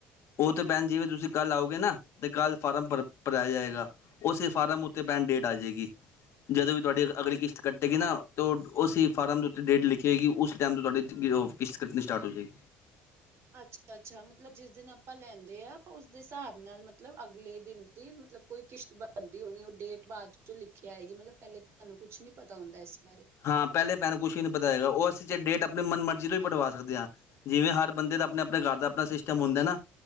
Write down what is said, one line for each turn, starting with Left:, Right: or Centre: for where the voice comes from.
Left: ਉਹ ਤਾਂ ਭੈਣ ਜਿਵੇਂ ਤੁਸੀਂ ਕੱਲ੍ਹ ਆਓਗੇ ਨਾ, ਤਾਂ ਕੱਲ੍ਹ ਫਾਰਮ ਭਰ ਭਰਾਇਆ ਜਾਏਗਾ ਉਹ ਸੀ ਫਾਰਮ
Right: ਹਮ
Left: ਉੱਤੇ ਪੈਂਡ ਡੇਟ ਆ ਜਾਵੇਗੀ ਜਦੋਂ ਵੀ ਤੁਹਾਡੀ ਅਗਲੀ ਕਿਸ਼ਤ ਕੱਟੇਗੀ ਨਾ, ਤਾਂ ਉਹ ਉਸ ਫਾਰਮ ਦੇ ਉੱਤੇ ਡੇਟ ਲਿਖੀ ਹੋਗੀ ਉਸ ਟਾਈਮ ਤੋਂ ਤੁਹਾਡੀ ਉਹ ਕਿਸ਼ਤ ਕਟਣੀ ਸਟਾਰਟ ਹੋ ਜਾਏਗੀ
Right: ਅੱਛਾ, ਅੱਛਾ ਮਤਲਬ ਜਿਸ ਦਿਨ ਆਪਾਂ ਲੈਂਦੇ ਆ ਉਸਦੇ ਹਿਸਾਬ ਨਾਲ ਮਤਲਬ ਅਗਲੇ ਦਿਨ ਦੀ ਮਤਲਬ ਕੋਈ ਕਿਸ਼ਤ ਬਣਦੀ ਹੋਣੀ ਉਹ ਡੇਟ ਬਾਅਦ ਚੋਂ ਲਿਖਿਆ ਆਏਗੀ ਮਤਲਬ ਪਹਿਲੇ ਤੁਹਾਨੂੰ ਕੁਛ ਨੀ ਪਤਾ ਹੁੰਦਾ ਇਸ ਬਾਰੇ
Left: ਹਾਂ ਪਹਿਲੇ ਭੈਣ ਕੁਛ ਵੀ ਨਹੀ ਪਤਾ ਹੈਗਾ, ਉਹ ਅਸੀਂ ਡੇਟ ਆਪਣੀ ਮਨ ਮਰਜ਼ੀ ਤੋਂ ਵੀ ਪਵਾ ਸਕਦੇ ਹਾਂ ਜਿਵੇਂ ਹਰ ਬੰਦੇ ਦਾ ਆਪਣੇ- ਆਪਣੇ ਘਰ ਦਾ ਆਪਣਾ ਸਿਸਟਮ ਹੁੰਦਾ ਨਾ